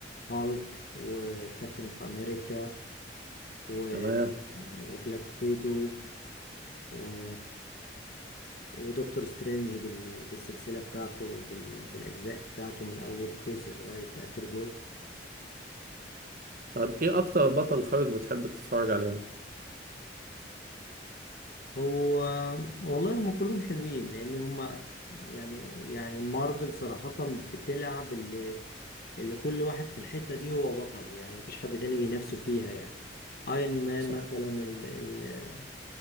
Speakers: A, on the left; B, on the right.
A: هالك وكابتن اوف امريكا و...
B: تمام
A: وبلاك ويدو و ودكتور سترينج بال- بالسلسلة بتاعته بال- بالأجزاء بتاعته من أول جزء لغاية آخر جزء
B: طب ايه اكتر بطل خارق بتحب تتفرج عليه
A: فهو والله هم كلهم حلوين لأن هم يعني يعني مارفل صراحة بتلعب اللي, اللي كل واحد في الحتة دي هو بطل يعني مفيش حد تاني بينافسه فيها يعني ايرون مان
B: صح
A: مثلا ال ال